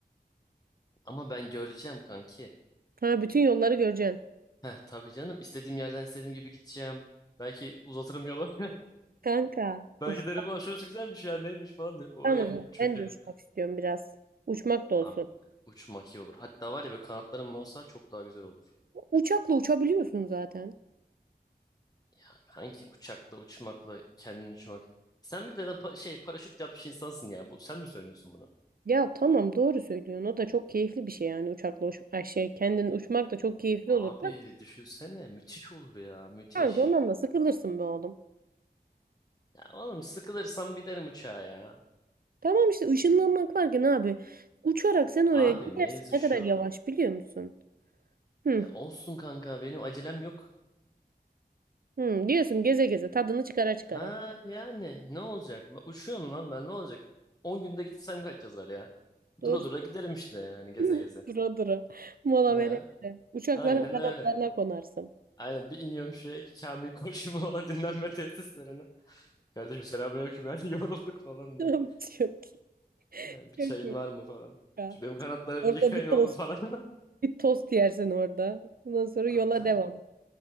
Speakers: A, on the left (about 25°); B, on the right (about 60°).
A: Ama ben göreceğim kanki.
B: Ha bütün yolları göreceksin.
A: Heh, tabii canım istediğim yerden istediğim gibi gideceğim. Belki uzatırım yolu.
B: Kanka.
A: Belki
B: Uf.
A: derim "Aa, şurası güzelmiş ya neymiş falan deyip oraya
B: Tamam o
A: bir
B: zaman.
A: çökerim.
B: Ben de uçmak istiyorum biraz. Uçmak da olsun.
A: Abi uçmak iyi olur. Hatta var ya böyle kanatlarım olsa çok daha güzel olur.
B: Uçakla uçabiliyorsun zaten.
A: Ya kanki uçakla uçmakla kendin uçmak. Sen bir de lan pa- şey paraşüt yapmış insansın ya. Bu, sen mi söylüyorsun bunu?
B: Ya tamam doğru söylüyorsun. O da çok keyifli bir şey yani uçakla uç ay şey kendin uçmak da çok keyifli
A: Abi
B: olur. Ya
A: düşünsene müthiş olur ya müthiş.
B: Kanka ondan da sıkılırsın be oğlum.
A: Ya oğlum sıkılırsam binerim uçağa ya.
B: Tamam işte ışınlanmak varken abi uçarak sen oraya
A: Abi
B: gidersin
A: mevzu
B: ne
A: şu.
B: kadar yavaş biliyor musun? Hı,
A: Ya olsun kanka benim acelem yok.
B: hı, diyorsun geze geze tadını çıkara çıkara.
A: Ha yani ne olacak? Ben uçuyorum lan ben ne olacak? 10 günde gitsem kaç yazar ya?
B: Doğru.
A: Dura dura giderim işte yani geze geze.
B: <laughs> Dura dura. Mola
A: Ne?
B: vere vere. Uçakların
A: Aynen
B: kanatlarına
A: öyle.
B: konarsın.
A: Aynen bir iniyorum şeye Kamil Koçumoğlu <laughs> dinlenme tesislerine. Kardeşim selamünaleyküm yani <laughs> yorulduk falan
B: <laughs>
A: diye.
B: Çok iyi.
A: He, bir
B: Çok
A: çayın
B: iyi.
A: var mı falan.
B: ya.
A: Şu benim kanatları
B: Orada
A: bir yıkayın
B: bir tost.
A: oğlum falan.
B: Bir tost yersin orada. Ondan sonra
A: <laughs> Tabii
B: yola
A: canım.
B: devam.